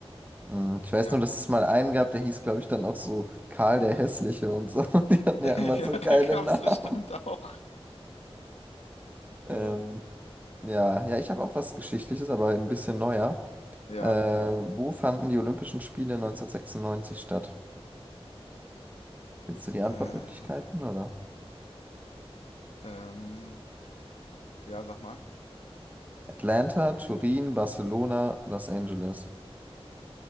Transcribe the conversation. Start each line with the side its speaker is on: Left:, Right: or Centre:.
Right: Mm, Ich weiß
Left: Ja,
Right: nur, dass es mal einen gab, der hieß, glaube ich, dann auch so Karl der Hässliche und so. <laughs> Und die hatten ja
Left: <laughs>
Right: immer
Left: ja,
Right: so geile
Left: den gab's
Right: Namen.
Left: bestimmt auch.
Right: Ähm,
Left: Äh,
Right: ja, ja, ich habe auch was Geschichtliches, aber ein bisschen neuer.
Left: ja,
Right: Äh, wo fanden die Olympischen Spiele 1996 statt? Willst du die Antwortmöglichkeiten,
Left: äh,
Right: oder?
Left: ähm, ja, sag mal.
Right: Atlanta, Turin, Barcelona, Los Angeles.